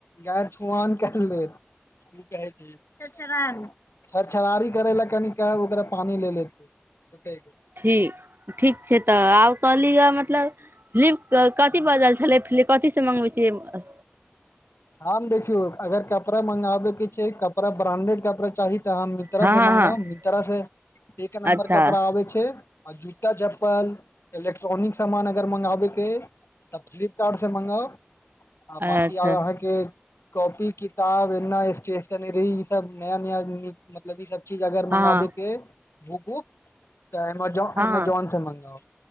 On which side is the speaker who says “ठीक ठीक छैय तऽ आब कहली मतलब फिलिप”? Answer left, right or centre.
Right